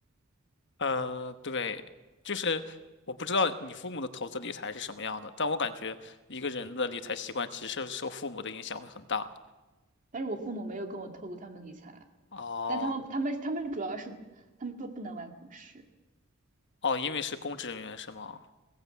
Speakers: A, on the left; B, on the right.
A: 呃，对，就是我不知道你父母的投资理财是什么样的，但我感觉一个人的理财习惯其实受父母的影响会很大。
B: 但是我父母没有跟我透露他们理财，
A: 哦
B: 但他们他们他们主要是他们说不能玩股市，
A: 哦，因为是公职人员是吗？